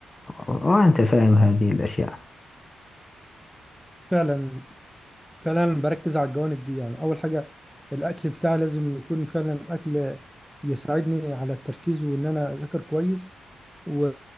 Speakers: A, on the left; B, in the centre.
A: وأنت فاهم هذه الأشياء
B: فعلا فعلا بركز على الجوانب دي يعني اول حاجه الاكل بتاعي لازم يكون فعلا اكل يساعدني على التركيز وان انا اذاكر كويس و...